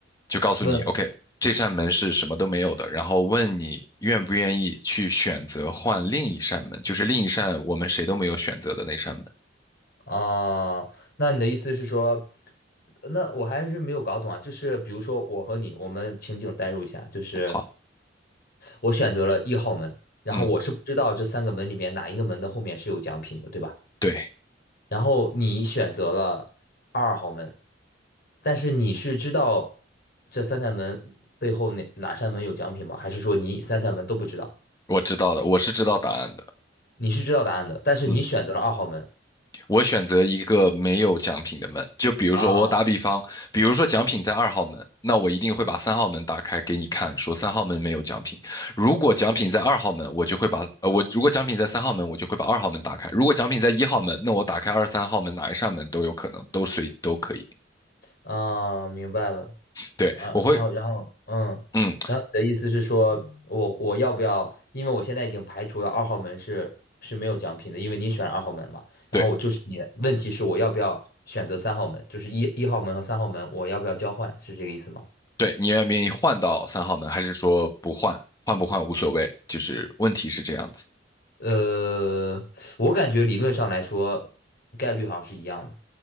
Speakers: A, on the left (about 20°); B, on the left (about 55°).
A: 就告诉你，OK，
B: 问
A: 这扇门是什么都没有的，然后问你愿不愿意去选择换另一扇门，就是另一扇我们谁都没有选择的那扇门。
B: 啊，那你的意思是说，那我还是没有搞懂啊，就是比如说我和你，我们情景代入一下，就是
A: 好，
B: 我选择了一号门，然后我是不知道这三个门里面哪一个门的后面是有奖品的，
A: 嗯，
B: 对吧？
A: 对，
B: 然后你选择了二号门，但是你是知道这三扇门背后哪哪扇门有奖品吗？还是说你三扇门都不知道？
A: 我知道的，我是知道答案的。
B: 你是知道答案的，但是你选择了二号门
A: 嗯。我选择一个没有奖品的门，就比如说我打比方，
B: 啊
A: 比如说奖品在二号门，那我一定会把三号门打开给你看，说三号门没有奖品。如果奖品在二号门，我就会把呃我如果奖品在三号门，我就会把二号门打开。如果奖品在一号门，那我打开二三号门哪一扇门都有可能，都随都可以。
B: 啊，明白了
A: 对，
B: 啊。
A: 我会
B: 然后然后嗯，
A: 嗯
B: 然后你的意思是说我我要不要？因为我现在已经排除了二号门是是没有奖品的，因为你选了二号门嘛。然后我就是你，
A: 对
B: 问题是我要不要选择三号门？就是一一号门和三号门，我要不要交换？是这个意思吗？
A: 对，你愿不愿意换到三号门，还是说不换？换不换无所谓，就是问题是这样子。
B: 呃，我感觉理论上来说，概率好像是一样的。